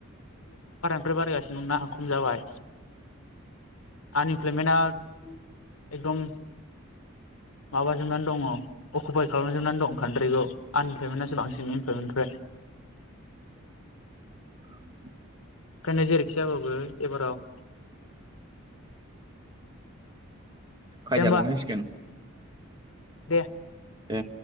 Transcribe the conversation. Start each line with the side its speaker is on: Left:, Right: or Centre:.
Left: <unintelligible> बारायगासिनो ना खम जाबाय आनइमप्लयमेना
Right: <inaudible>
Left: एकदम माबाजोबनानै दङ अकुपाय खालामजोबनानै दं कान्ट्रिखौ आनइमप्लयमेनासो बांसिन इमप्लयमेननिफ्राय
Right: आ <unintelligible>
Left: ओंखायनो जेरैखि जायाबाबो एबाराव
Right: खायदा
Left: दे होमबा
Right: लानांसिगोन
Left: दे
Right: ए